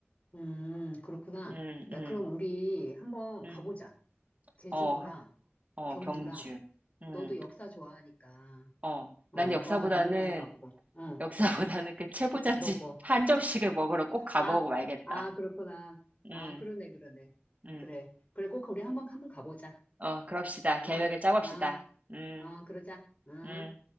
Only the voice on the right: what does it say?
음,
음,
음.
어, 하, 어,
경주. 음,
어.
난 역사보다는,
<laughs> 역사보다는 그 채부잣집
한 점씩을 먹으러 꼭 가보고
말겠다.
음,
음.
어, 그럽시다.
계획을 짜봅시다.
음,
음.